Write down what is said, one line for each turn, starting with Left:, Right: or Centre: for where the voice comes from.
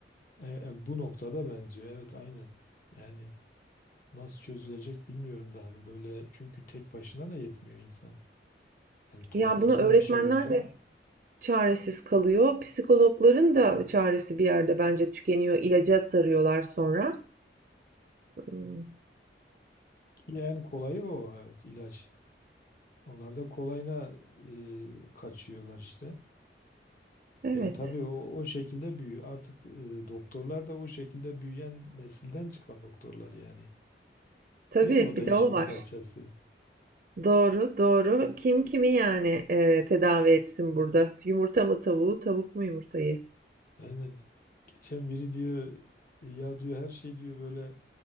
Left: E, e, bu noktada benziyor. Evet aynen. Yani nasıl çözülecek bilmiyorum da hani böyle çünkü tek başına da yetmiyor insan. Hani toplumsal
Right: Yani bunu öğretmenler
Left: bir şey olunca.
Right: de çaresiz kalıyor. Psikologların da çaresi bir yerde bence tükeniyor. İlaca sarıyorlar sonra. Hmm.
Left: Ki en kolayı o evet ilaç. Onlar da kolayına e, kaçıyorlar işte.
Right: Evet.
Left: Yani tabii o, o şekilde büyüyor. Artık e, doktorlar da o şekilde büyüyen nesilden çıkan doktorlar yani.
Right: Tabii,
Left: Değil mi? O da
Right: bir
Left: işin
Right: de o
Left: bir
Right: var.
Left: parçası.
Right: Doğru, doğru. Kim kimi yani, eee, tedavi etsin burada? Yumurta mı tavuğu, tavuk mu yumurtayı?
Left: Aynen. Geçen biri diyor ya diyor her şey diyor böyle